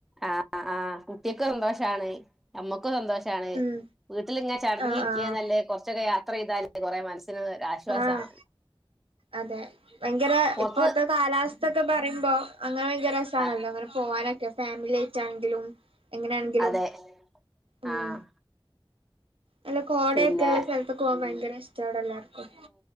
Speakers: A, in the centre; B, on the right.
A: ആഹ ആഹ് കുട്ടിൾക്ക്‌ സന്തോഷാണ്, നമ്മ ക്കു സന്തോഷാണ്
B: ഉം
A: വീട്ടിലിങ്ങനെ ചടഞ്ഞ്
B: ആഹ്
A: ഇരിക്ക്‌ണെ
B: ആഹ്
A: നല്ലെ കുറച്ചൊക്കെ യാത്ര ചെയ്താല് കുറേ മനസ്സിന് ആശ്വാസാണല്ലോ
B: ആഹ്, അതെ. ഭയങ്കരം
A: പുറത്ത്
B: ഇപ്പോഴത്തെ കാലാവസ്ഥൊക്കെ പറയുമ്പോൾ അങ്ങനെ ഭയങ്കരം രസാണല്ലോ
A: ആഹ്
B: ഇങ്ങനെ പോ പോവാനൊക്കെ ഫാമിലി ആയിട്ടാണെങ്കിലും എങ്ങനെയാണെങ്കിലും,
A: അതെ
B: ഉം
A: ആഹ്
B: നല്ല കോടയൊക്കെള്ള
A: പിന്നെ
B: സ്ഥലത്ത്ക്ക്‌ പോകാൻ ഭയങ്കരം ഇഷ്ട ഇവിടെ എല്ലാർക്കും.